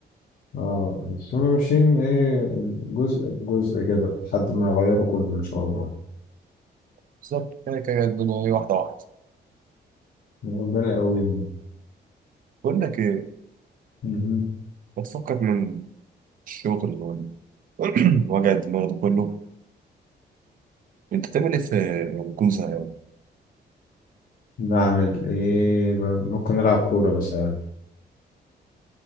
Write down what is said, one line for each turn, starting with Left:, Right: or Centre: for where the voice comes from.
Left: اه بس هم ماشيين إيه جزء بجزء كده لحد ما يغيروا كله إن شاء الله
Right: بالظبط كده كده الدنيا ايه واحده واحده
Left: ربنا يقويهم
Right: بقول لك ايه
Left: مهم.
Right: ما تفكك من الشغل وال <clears throat> وجع الدماغ ده كله انت تعمل ايه في لما تكون زهقان
Left: بعمل ايه ب- ممكن نلعب كورة مثلا